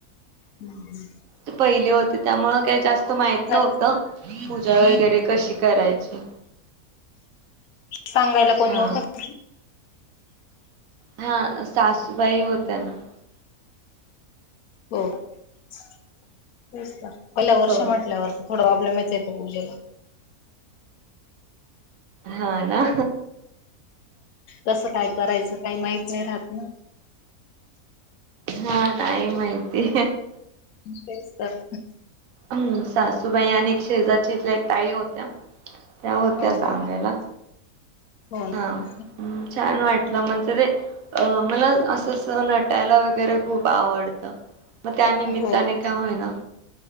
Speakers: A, on the left; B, on the right.
A: हम् हम्
B: ते पहिले होते त्यामुळे काही जास्त माहित
A: ठिकाणी
B: नव्हतं पूजा वगैरे कशी करायची
A: सांगायला कोण
B: हा
A: नव्हतं
B: हा सासूबाई होत्या ना.
A: हो तेच ना पहिला वर्ष
B: हो
A: म्हटल्यावरती प्रॉब्लेम येते पूजेला.
B: हा ना.
A: कसं काय करायचं काही माहित नाही राहत ना.
B: हा नाही माहिती.
A: तेच तर
B: हम्म, सासूबाई आणि शेजारच्या इथल्या एक ताई होत्या त्या होत्या
A: हो
B: सांगायला.
A: हो हो ना
B: हा, छान वाट टला म्हणजे ते अ मला असस नटायला वगैरे खूप आवडतं. मग त्या निमित्ताने
A: हो का?
B: काय होय ना?